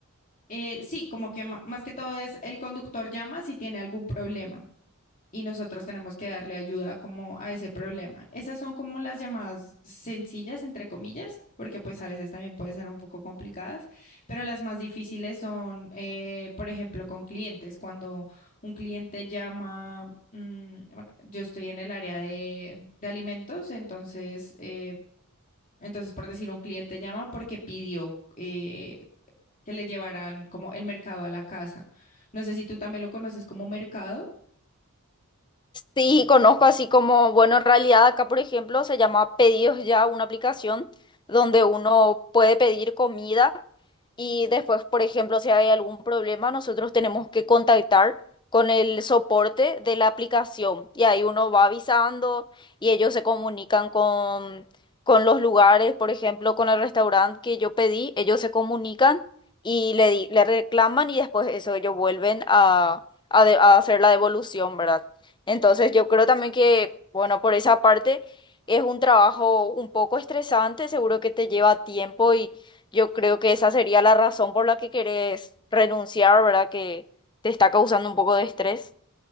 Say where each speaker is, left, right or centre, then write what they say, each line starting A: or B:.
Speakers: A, on the left; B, on the left.
A: Eh, sí, como que ma- más que todo es el conductor llama si tiene algún problema y nosotros tenemos que darle ayuda como a ese problema. Esas son como las llamadas sencillas, entre comillas, porque pues a veces también pueden ser un poco complicadas, pero las más difíciles son, eh, por ejemplo, con clientes. Cuando un cliente llama, mm, bueno, yo estoy en el área de, de alimentos, entonces, eh, entonces por decir, un cliente llama porque pidió. eh, que le llevarán como el mercado a la casa. No sé si tú también lo conoces como mercado.
B: Sí, conozco así como, bueno, en realidad acá, por ejemplo, se llama Pedidos Ya, una aplicación donde uno puede pedir comida y después, por ejemplo, si hay algún problema, nosotros tenemos que contactar con el soporte de la aplicación y ahí uno va avisando y ellos se comunican con, con los lugares, por ejemplo, con el restaurante que yo pedí, ellos se comunican y le, di- le reclaman y después eso ellos vuelven a, a de- a hacer la devolución, ¿verdad? Entonces yo creo también que, bueno, por esa parte es un trabajo un poco estresante, seguro que te lleva tiempo y yo creo que esa sería la razón por la que querés renunciar, ¿verdad? Que te está causando un poco de estrés.